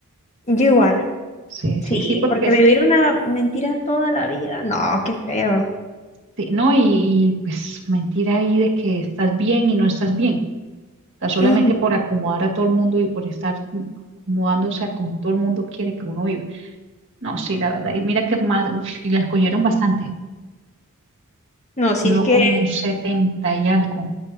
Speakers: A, on the left; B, on the right.
A: yo igual.
B: Sí,
A: Sí,
B: sí, sí, porque
A: porque
B: es
A: vivir
B: que,
A: una mentira toda la vida, no, qué feo.
B: sí, ¿no? Y, y, pues mentira ahí de que estás bien y no estás bien. O sea, solamente
A: Ujú.
B: por acomodar a todo el mundo y por estar acomodándose a como todo el mundo quiere que uno viva. No, sí, la verdad. Y mira que más, uf, y la escogieron bastante.
A: No, si
B: Quedó
A: es que
B: como un 70 y algo.